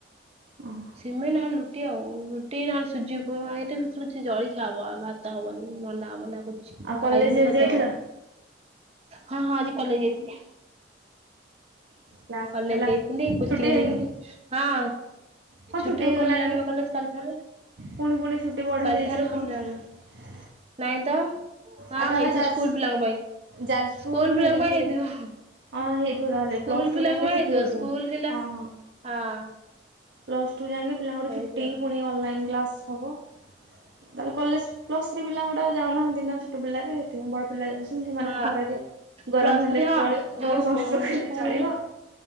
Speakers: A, on the right; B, on the right.
A: ଓ ହ
B: ସିମେଇ ନହେଲେ ରୁଟି ଆଉ। ରୁଟି ନହେଲେ ସୁଜି ଉପମା ଏଇଟା ଭିତରୁ କିଛି ଜଳଖିଆ ହବ। ଆଉ ଭା ତ ହବନି ନନା ମନା କରୁଚି। ମୁଁ
A: ଆଉ କଲେଜ
B: ଖାଇବିନି
A: ଆଜି
B: ଭାତ।
A: ଯାଇଥିଲ?
B: ହଁ ହଁ ଆଜି କଲେଜ୍ ଯାଇଥିଲି।
A: କ୍ଲାସ୍
B: କଲେଜ
A: ହେଲା
B: ଯାଇଥିଲି କୋଚିଂ
A: ଛୁଟି ହେଇନି?
B: ଯାଇଥିଲି ହଁ।
A: କଣ
B: ଛୁଟି ତ
A: ହେଇଗଲାଣି
B: ଖୋଲିଲାଣି
A: ବା
B: କଲେଜ କାଲିଠାରୁ
A: ପୁଣି ପୁଣି ଛୁଟି ବଢେଇ
B: କାଲିଠାରୁ
A: ଦେଇଛି ନା
B: ଖୋଲିଲାଣି
A: କଣ?
B: ନାଇଁ ତ ହଁ
A: ଆଉ ତାହେଲେ
B: ହେଇଥିବ
A: ଯାଜ
B: ସ୍କୁଲ ପିଲାଙ୍କ ପାଇଁ
A: ଯାଜପୁର
B: ସ୍କୁଲ
A: ହେଇନଥିବ
B: ପିଲାଙ୍କ ପାଇଁ ହେଇଥିବ?
A: ହଁ ହେଇଥିବ ଯାହାହେଲେ
B: ସ୍କୁଲ
A: ପ୍ଲସ
B: ପିଲାଙ୍କ
A: ଟୁ ଯାକେ
B: ପାଇଁ
A: ଛୁଟି
B: ହେଇଥିବ
A: ହୋଇଥିବ
B: ସ୍କୁଲ ପିଲା
A: ହଁ ହଁ।
B: ହଁ।
A: ପ୍ଲସ୍ ଟୁ ଯାକେ ପିଲାଙ୍କର
B: ହେଇଥିବ।
A: ଛୁଟି ପୁଣି ଅନଲାଇନ୍ କ୍ଲାସ୍ ହବ। ତାହାଲେ କଲେଜ ପ୍ଲସ୍ ଥ୍ରୀ ପିଲା ଗୁଡା ଯାଉ ନାହାଁନ୍ତି ନା ଛୋଟ ପିଲାରେ ହେଥି ପାଇଁ ବଡ ପିଲା ଯାଉଛନ୍ତି ସେମାନେ
B: ହଁ
A: ଖରାରେ ଗରମ
B: ପ୍ଲସ୍
A: ହେଲେ
B: ଥ୍ରୀ ହଁ
A: ବି ଚଳିବ ତାଙ୍କର
B: ଯୋଉ
A: ସଂଷ୍ଟ୍ରୋକ ହେଲେ
B: ସ୍କୁଲ
A: ଚଳିବ।